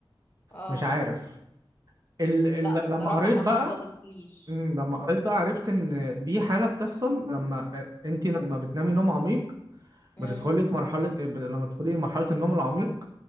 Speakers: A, on the left; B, on the right.
A: اه
B: مش عارف ال... ال...
A: لا بصراحة
B: لما قريت
A: ما
B: بقى
A: حصلتليش
B: مم، لما قريت بقى عرفت ان دي حاله بتحصل لما انت لما بتنامي نوم عميق
A: امم
B: بتدخلي في مرحله ب- لما تدخلي مرحله النوم العميق